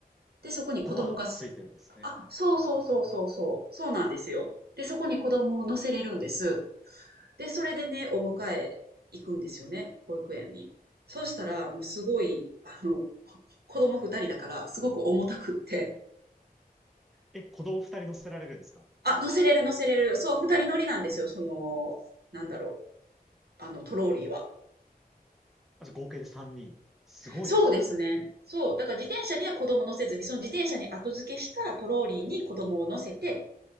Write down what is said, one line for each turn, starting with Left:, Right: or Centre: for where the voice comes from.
Right: で、そこに子供がす、
Centre: ドアがついてるんですね。
Right: あ、そうそうそうそうそう、そうなんですよ。で、そこに子供を乗せれるんです。で、それでね、お迎え行くんですよね、保育園に。そうしたら、もうすごい、あの、子供二人だから、すごく重たくって、
Centre: え、子供二人乗せられるんですか
Right: あ、乗せれる乗せれる。そう、二人乗りなんですよ、その、なんだろう、あの、トローリーは。
Centre: あ、じゃあ合計で三人。すごいですね、
Right: そうですね。
Centre: それ。
Right: そう。だから自転車には子供乗せずに、その自転車に後付けしたトローリーに子供を乗せて、